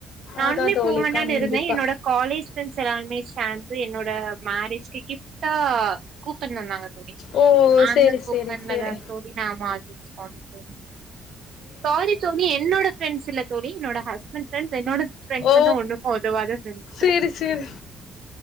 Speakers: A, on the right; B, on the left.
A: நானுமே
B: அதான் தோழி
A: போவேண்டான்னு
B: கண்டிப்பா.
A: இருந்த என்னோட காலேஜ் ஃப்ரண்ட்ஸ் எல்லாருமே சேந்து என்னோட மேரேஜிக்கு கிப்ட்டா கூப்பன் தந்தாங்க தோழி
B: ஓ
A: அந்த
B: சேரி
A: கூப்பன்லதா
B: சேரி சேரி.
A: தோழி நா மால்தீவ்ஸ் போனே தோழி சாரி தோழி என்னோட ஃபிரண்ட்ஸ் இல்ல தோழி என்னோட ஹஸ்பண்ட் ஃபிரண்ட்ஸ் என்னோட ஃபிரண்ட்ஸ்
B: ஓ
A: வந்து ஒண்ணுக்கு உதவாத ஃபிரண்ட்ஸ்சு
B: சேரி சேரி.